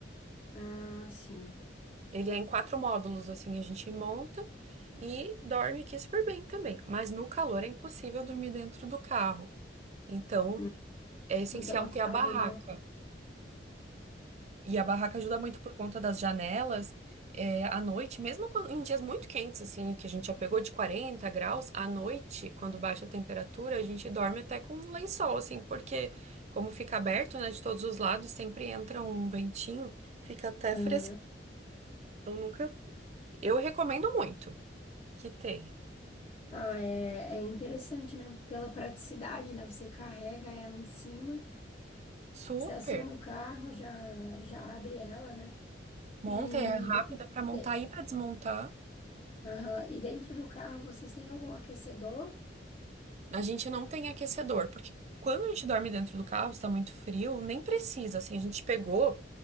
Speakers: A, on the left (about 30°); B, on the right (about 40°).
A: Ah, sim.
B: Ele é em quatro módulos, assim, a gente monta e dorme aqui super bem também. Mas no calor é impossível dormir dentro do carro. Então,
A: Hum,
B: é essencial
A: Muito abafado,
B: ter a barraca.
A: né?
B: E a barraca ajuda muito por conta das janelas. É, à noite, mesmo quando- em dias muito quentes, assim, que a gente já pegou de 40 graus, à noite, quando baixa a temperatura, a gente dorme até com um lençol, assim, porque como fica aberto, né, de todos os lados, sempre entra um ventinho, fica até
A: Aham.
B: fresquinho. Então, nunca. Eu recomendo muito que tenha.
A: Ah, é, é interessante, né? Pela praticidade, né? Você carrega ela em cima,
B: Super.
A: estaciona o carro, já, já abre ela, né?
B: Monta,
A: E,
B: é rápida
A: de-
B: para
A: de-
B: montar e para desmontar.
A: aham. E dentro do carro vocês têm algum aquecedor?
B: A gente não tem aquecedor, porque quando a gente dorme dentro do carro, está muito frio, nem precisa. Assim, a gente pegou